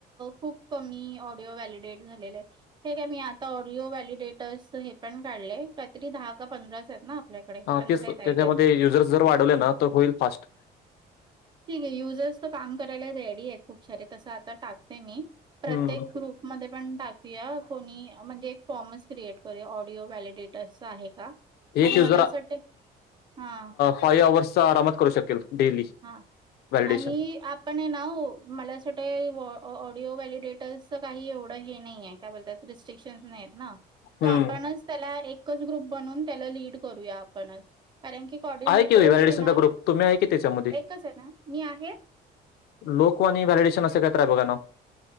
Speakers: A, on the right; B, on the left.
A: खूप कमी ऑडिओ व्हॅलिडेट झालेले आहेत हे काय मी आता ऑडिओ व्हॅलिडेटर्स हे पण काढले काहीतरी दहा का पंधराच आहेत ना आपल्याकडे.
B: हा ते
A: आहेत
B: त्याच्यामध्ये
A: आय गेस.
B: युजर्स जर वाढवले ना तर होईल फास्ट
A: ठीक आहे युजर्स तर काम करायला रेडी आहेत खूप सारे तसं आता टाकते मी प्रत्येक
B: हम्म.
A: ग्रुप मध्ये पण टाकूया कोणी म्हणजे एक फॉर्मच क्रिएट करू ऑडिओ व्हॅलिडिटर्चा आहे का आणि
B: एक यज
A: मला
B: जरा
A: असं वाटतंय हां,
B: फायव अवर्सचा आरामात करू शकेल डेली
A: हां.
B: व्हॅलिडेशन.
A: आणि आप पण नाव मला असं वाट ऑडिओ व्हॅलिडेटर्सच काही एवढं हे नाही आहे काय बोलतात रिस्ट्रिक्शन् नाही ना तो
B: हम्म.
A: आपणच त्याला एकच ग्रुप बनवून त्याला लीड करूया आपणच कारण की कॉर्डिनेटर
B: आहे की व्हॅलिडेशनचा
A: ना
B: ग्रुप तुम्ही आहे की त्याच्यामध्ये?
A: एकच आहे ना मी आहे
B: लोकवा आणि व्हॅलडेशन असं कायतय बघा ना